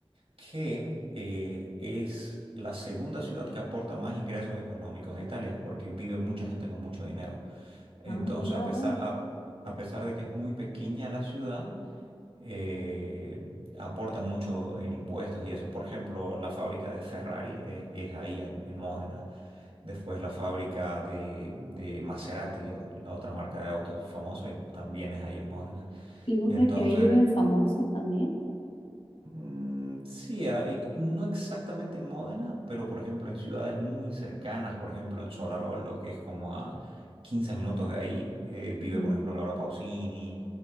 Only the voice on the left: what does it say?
Ah, mira
vos.
¿Y vos
crees que ahí viven famosos también?
Ujú.